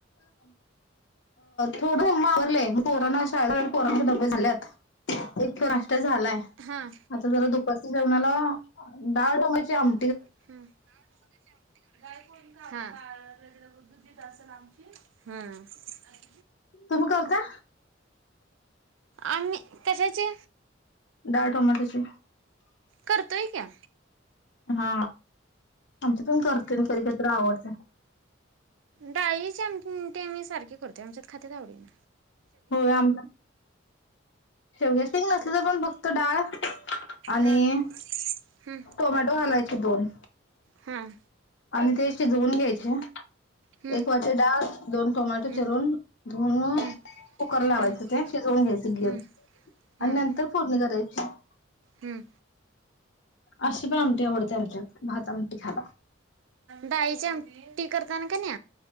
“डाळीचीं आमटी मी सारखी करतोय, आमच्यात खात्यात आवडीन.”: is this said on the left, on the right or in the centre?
Right